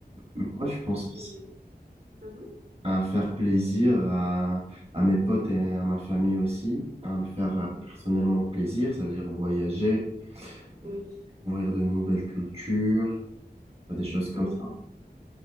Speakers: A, on the right; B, on the right.
A: Moi, je pense
B: Est-ce
A: aussi
B: que je... Mhm,
A: à faire plaisir à, à mes potes et à ma famille aussi, à me faire
B: Mhm.
A: euh, personnellement plaisir, ça veut dire voyager,
B: Oui,
A: euh,
B: oui,
A: découvrir de nouvelles cultures, euh, des choses comme
B: oui,
A: ça.